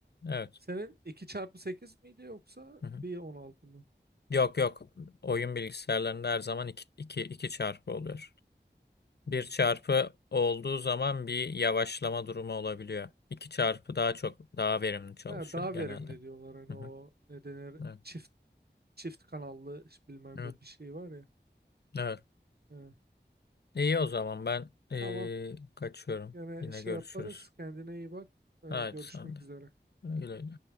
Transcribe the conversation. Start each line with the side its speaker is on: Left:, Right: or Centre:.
Left: Evet.
Right: Senin iki çarpı sekiz miydi yoksa
Left: Hı hı.
Right: bir 16 mı?
Left: Yok yok. Oyun bilgisayarlarında her zaman iki iki iki çarpı oluyor. Bir
Right: Hmm.
Left: çarpı olduğu zaman bir yavaşlama durumu olabiliyor. İki çarpı daha çok daha verimli çalışıyor
Right: Ya daha
Left: genelde.
Right: verimli diyorlar hani
Left: Hı
Right: o
Left: hı.
Right: ne denir
Left: Evet.
Right: çift çift kanallı bilmem
Left: Evet.
Right: ne bir şey var ya.
Left: Evet.
Right: Ee,
Left: İyi o zaman ben eee,
Right: tamam.
Left: kaçıyorum.
Right: Yine
Left: Yine
Right: şey
Left: görüşürüz.
Right: yaparız. Kendine iyi bak. Ee,
Left: Haydi
Right: görüşmek
Left: sen de.
Right: üzere.
Left: Güle güle.